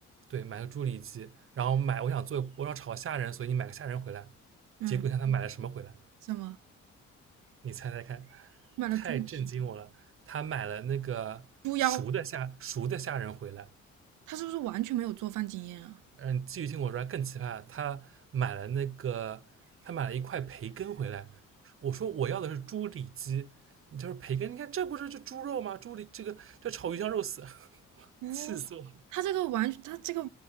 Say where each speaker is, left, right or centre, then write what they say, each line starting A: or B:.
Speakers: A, on the right; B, on the right.
A: 对，买个猪里脊，然后买我想做我想炒虾仁，所以你买个虾仁回来。
B: 嗯，
A: 结果你看他买了什么回来？
B: 什么？
A: 你猜猜看，
B: 买了猪蹄、
A: 太震惊我了！他买了那个熟的虾熟的虾仁回来。
B: 猪腰，他是不是完全没有做饭经验啊？
A: 嗯，继续听我说更奇葩，他买了那个，他买了一块培根回来。我说我要的是猪里脊，你他说培根，你看这不是就猪肉吗？猪里这个这炒鱼香肉丝，<laughs>
B: 哦，
A: 气死我了！
B: 他这个完，他这个